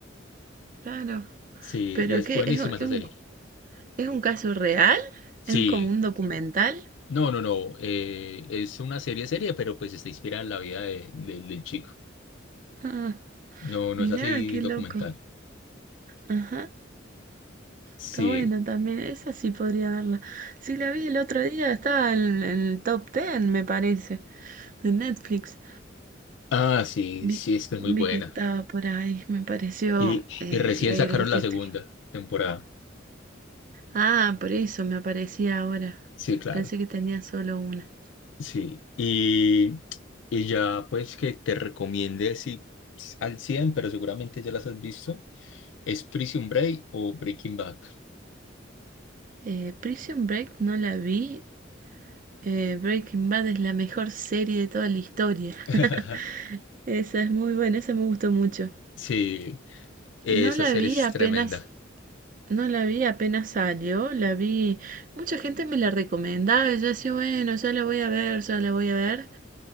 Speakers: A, on the right; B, on the left.
A: Claro.
B: Sí,
A: ¿Pero
B: y es
A: qué?
B: buenísima
A: ¿Es, un
B: esa
A: es
B: serie.
A: un, es un caso real?
B: Sí,
A: ¿Es un como un documental?
B: no, no, no, eh, es una serie seria, pero pues está inspirada en la vida de- de- del chico.
A: Ah,
B: No, no
A: mirá,
B: es así
A: qué
B: documental.
A: loco. Ajá.
B: Sí,
A: Está buena también. Esa sí podría verla. Sí, la vi el otro día, estaba en, en el top 10, me parece. de Netflix.
B: ah, sí,
A: Vi,
B: sí, es que es muy buena.
A: vi que estaba por ahí, me pareció
B: Y,
A: eh,
B: y recién
A: leer
B: sacaron
A: el título.
B: la segunda temporada.
A: Ah, por eso me aparecía ahora.
B: Sí, claro.
A: Pensé que tenía solo una.
B: Sí, y, y ya pues que te recomiende si al 100 pero seguramente ya las has visto, es Prison Break o Breaking Bad.
A: Eh, Prison Break no la vi. eh, Breaking Bad es la mejor serie de toda la historia.
B: <laughs>
A: <laughs> Esa es muy buena, esa me gustó mucho.
B: Sí, esa
A: Y no la
B: serie
A: vi
B: es
A: apenas,
B: tremenda.
A: no la vi apenas salió, la vi, mucha gente me la recomendaba y yo decía, bueno, ya la voy a ver, ya la voy a ver.